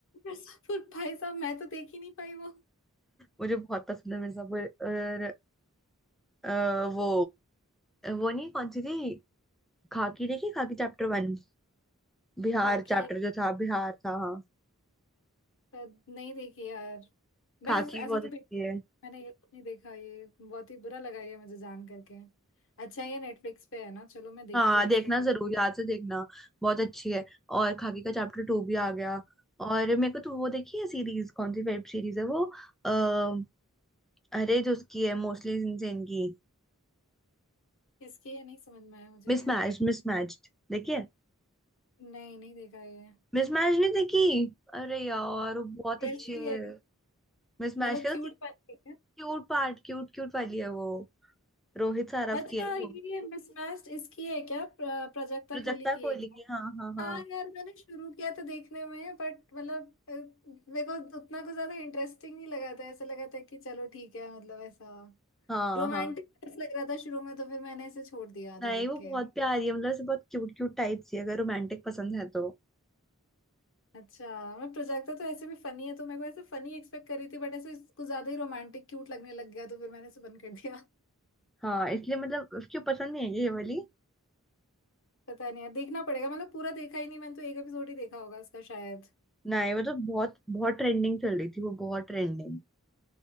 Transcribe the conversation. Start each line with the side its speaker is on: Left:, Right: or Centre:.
Left: मिर्जापुर भाई साहब मैं तो देख ही नहीं पाई वो
Centre: मुझे बहुत पसंद है मिर्जापुर और अ, वो वो नहीं कौन सी थी खाकी देखी Khakee chapter one Bihar
Left: खाकी
Centre: chapter जो था बिहार था हाँ
Left: पर नहीं देखी यार मैं
Centre: खाकी
Left: ऐसे, ऐसे
Centre: बहुत
Left: तो
Centre: अच्छी
Left: भी-
Centre: है
Left: मैंने ये नहीं देखा ये बहुत ही बुरा लगा ये मुझे जान करके अच्छा ये नेटफ्लिक्स पे है ना चलो मैं देखती
Centre: हाँ
Left: हूँ
Centre: देखना
Left: इसको फिर
Centre: जरूर याद से देखना बहुत अच्छी है और खाकी का चैप्टर टू भी आ गया और मेरे को तो वो देखी है सीरीज कौन सी वेब सीरीज है वो अः अरे जो उसकी है मोस्टली इनसेन की
Left: किसकी है नहीं समझ में आया मुझे
Centre: मिसमैच
Left: ये
Centre: मिसमैच्ड देखिए
Left: नहीं नहीं देखा ये
Centre: मिसमैच नहीं देखी अरे यार वो बहुत
Left: कैसी
Centre: अच्छी है
Left: है
Centre: मिसमैच
Left: मतलब
Centre: का
Left: क्यूट
Centre: तो
Left: वाली
Centre: क्यूट पार्ट क्यूट क्यूट वाली है वो रोहित सारफ
Left: अच्छा
Centre: की है वो
Left: ये मिसमैच्ड इसकी है क्या प्र- प्राजक्ता
Centre: प्रोजक्ता
Left: कोहली की
Centre: कोहली
Left: है क्या
Centre: की हाँ हाँ हाँ
Left: हाँ यार मैंने शुरू किया तो देखने में बट मतलब अ, मेरे को उतना कुछ ज्यादा इंटरेस्टिंग नहीं लगा था ऐसा लगा था कि चलो ठीक है मतलब ऐसा
Centre: हाँ
Left: रोमांटिक
Centre: हाँ
Left: लग रहा था शुरू में तो फिर मैंने इसे छोड़ दिया आधा
Centre: नहीं
Left: देख
Centre: वो बहुत
Left: के
Centre: प्यारी है मतलब ऐसे बहुत क्यूट क्यूट टाइप सी है, अगर रोमांटिक पसंद है तो।
Left: अच्छा मैं प्रोजेक्टा तो ऐसे भी फनी है तो मेरे को ऐसे फनी एक्सपेक्ट कर रही थी बट ऐसे कुछ ज्यादा ही रोमांटिक क्यूट लगने लग गया तो फिर मैंने इसे बंद कर दिया <laughs>
Centre: हाँ इसलिए मतलब उसकी पसंद नहीं है ये वाली
Left: पता नहीं यार देखना पड़ेगा मतलब पूरा देखा ही नहीं मैंने तो एक एपिसोड ही देखा होगा उसका शायद
Centre: नहीं मतलब बहुत बहुत ट्रेंडिंग चल रही थी वो बहुत ट्रेंडिंग